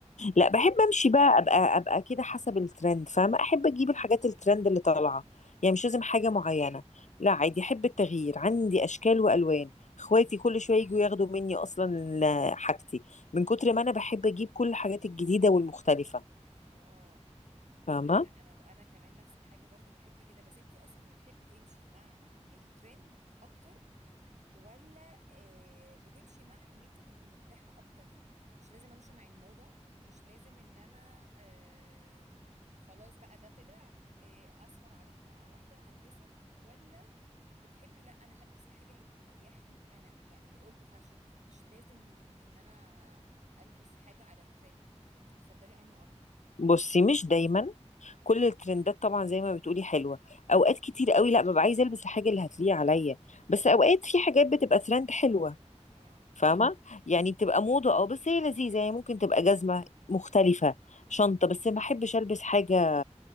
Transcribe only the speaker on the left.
لا
بحب امشي بقى ابقى ابقى كده حسب الترند فاهمه احب اجيب الحاجات الترند اللي طالعه يعني مش
لازم حاجه معينه لا عادي احب التغيير عندي اشكال والوان اخواتي
كل شويه يجوا ياخدوا مني اصلا ال- <hesitation> حاجتي من كتر ما انا بحب اجيب كل الحاجات الجديده والمختلفه
فاهمه
بصي مش دايما كل الترندات طبعا زي ما بتقولي حلوه اوقات كتير قوي لا ببقى عايزه البس الحاجه اللي هتليق عليا بس اوقات في حاجات بتبقى ترند حلوه
فاهمه يعني
بتبقى موضه اه بس هي لذيذه يعني ممكن تبقى جزمه مختلفه شنطه بس ما احبش البس حاجه